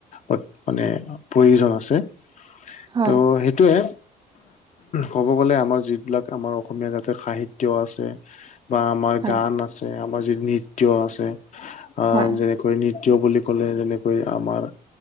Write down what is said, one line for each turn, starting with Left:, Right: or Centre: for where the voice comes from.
Left: অত মানে প্ৰয়োজন আছে।
Right: হয়
Left: ত', সেইটোৱে, ক'ব গ'লে আমাৰ যিবিলাক আমাৰ অসমীয়া জাতিৰ সাহিত্য আছে, বা আমাৰ
Right: হয়
Left: গান আছে। আমাৰ যি নৃত্য আছে। আ,
Right: হয় হয়
Left: যেনে কৈ নৃত্য বুলি ক'লে, যেনেকৈ আমাৰ